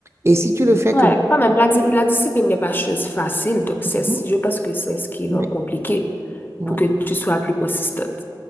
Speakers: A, on the right; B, on the left.
A: Et si tu le fais
B: Ouais,
A: comme...
B: quand même, la, di- la discipline n'est pas chose facile, donc c'est,
A: Mhm.
B: je pense que c'est ce qui
A: Ouais,
B: rend compliqué
A: ouais.
B: pour que tu sois plus consistante.